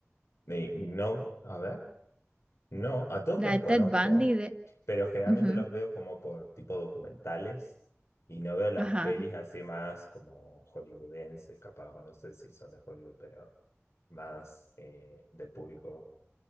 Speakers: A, on the left; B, on the right.
A: Y no, a ver. No, a todos
B: La
A: los conozco,
B: de Ted Bundy de...
A: pero generalmente
B: ujú,
A: los veo como por tipo documentales y no veo las
B: ajá.
A: pelis así más como hollywoodenses, capaz, o no sé si son de Hollywood, pero más eh, del público.